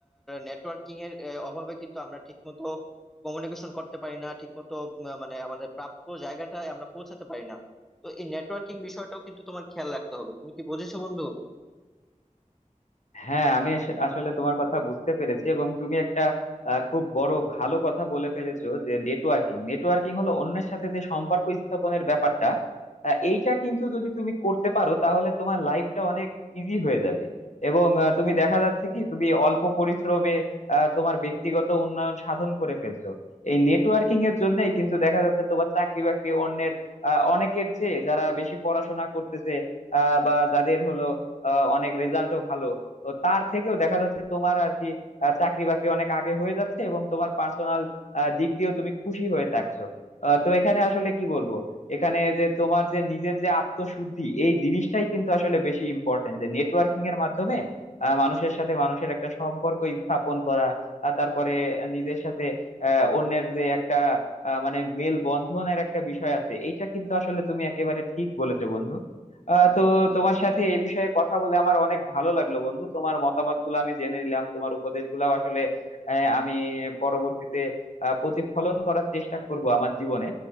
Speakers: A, in the centre; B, on the left.
A: নেটওয়ার্কিং এর আহ, অভাবে কিন্তু আমরা ঠিকমতো কমিউনিকেশন করতে পারি না ঠিকমতো উম, মানে আমাদের প্রাপ্য জায়গাটা আমরা পৌঁছাতে পারি না তো এই নেটওয়ার্কিং বিষয়টাও কিন্তু তোমার খেয়াল রাখতে হবে তুমি কি বুঝেছো বন্ধু
B: হ্যাঁ আমি আস- আসলে তোমার কথা বুঝতে পেরেছি এবং তুমি একটা আহ, খুব বড় ভালো কথা বলে ফেলেছো যে নেটওয়ার্কিং নেটওয়ার্কিং হলো অন্যের সাথে যে সম্পর্ক স্থাপনের ব্যাপারটা আহ, এইটা কিন্তু যদি তুমি করতে পারো তাহলে তোমার লাইফটা অনেক ইজি হয়ে যাবে এবং আহ, তুমি দেখা যাচ্ছে কি তুমি অল্প পরিশ্রমে আহ, তোমার ব্যক্তিগত উন্নয়ন সাধন করে ফেলছো এই নেটওয়ার্কিং এর জন্যই কিন্তু দেখা যাচ্ছে তোমার চাকরি বাকরি অন্যের আহ, অনেকের চেয়ে যারা বেশি পড়াশোনা করতেছে আহ, বা যাদের হলো আহ, অনেক রেজাল্টও ভালো তো তার থেকেও দেখা যাচ্ছে তোমার আর কি আহ, চাকরি বাকরি অনেক আগে হয়ে যাচ্ছে এবং তোমার পার্সোনাল দিক দিয়েও তুমি খুশি হয়ে থাকছো আহ, তো এখানে আসলে কি বলবো এখানে যে তোমার যে নিজের যে আত্মশুদ্ধি এই জিনিসটাই কিন্তু আসলে বেশি ইম্পর্টেন্ট যে নেটওয়ার্কিং এর মাধ্যমে আহ, মানুষের সাথে মানুষের একটা সম্পর্ক স্থাপন করা আর তারপরে নিজের সাথে আহ, অন্যের যে একটা আহ, মানে মেল বন্ধনের একটা বিষয় আছে এইটা কিন্তু আসলে তুমি একেবারে ঠিক বলেছো বন্ধু আহ তো তোমার সাথে এই বিষয়ে কথা বলে আমার অনেক ভালো লাগলো বন্ধু তোমার মতামত গুলো আমি জেনে নিলাম তোমার উপদেশ গুলাও আসলে আহ, আমি পরবর্তীতে আহ, প্রতিফলন করার চেষ্টা করব আমার জীবনে